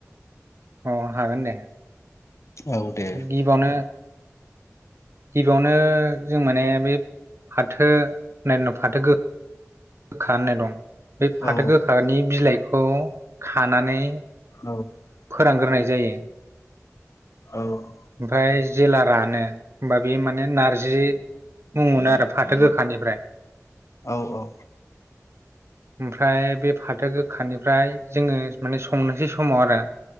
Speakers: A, on the right; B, on the left.
A: अ हागोन दे।
B: औ दे
A: गिबियावनो गिबियावनो जों माने बे फाथो होननाय फाथोगो गोखा होननाय दं बे फाथो
B: औ
A: गोखानि बिलाइ औ खानानै
B: औ
A: फोरान ग्रोनाय जायो।
B: औ।
A: ओमफ्राय जेला रानो ओमबा बे माने नारजि मुं मोनो आरो फाथो गोखानिफ्राय
B: औ औ।
A: ओमफ्राय बे फाथो गोखानिफ्राइ जोङो माने संनोसै समाव आरो